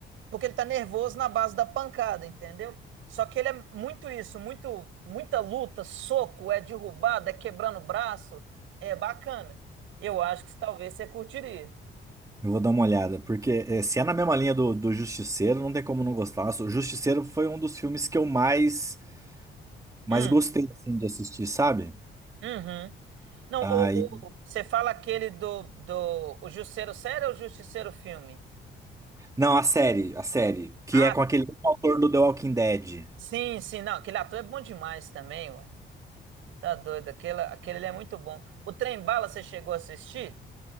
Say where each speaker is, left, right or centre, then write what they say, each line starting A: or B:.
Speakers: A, on the right; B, on the right.
A: porque ele tá nervoso na base da pancada, entendeu? Só que ele é muito isso, muito, muita luta, soco, é derrubado, é quebrando o braço, é bacana. Eu acho que talvez você curtiria.
B: Eu vou dar uma olhada, porque eh, se é na mesma linha do, do Justiceiro, não tem como não gostar. Nossa, o Justiceiro foi um dos filmes que eu mais, mais
A: Hum,
B: gostei assim, de assistir, sabe?
A: uhum. Não,
B: Aí...
A: o, o- você fala aquele do, do o Justiceiro Sério ou o Justiceiro Filme?
B: Não, a série, a série, que
A: Ah,
B: é com aquele
A: sim.
B: mesmo autor do The Walking Dead.
A: Sim, sim, não, aquele ator é bom demais também, ué. Tá doido, aquele, aquele ali é muito bom. O Trem Bala, você chegou a assistir?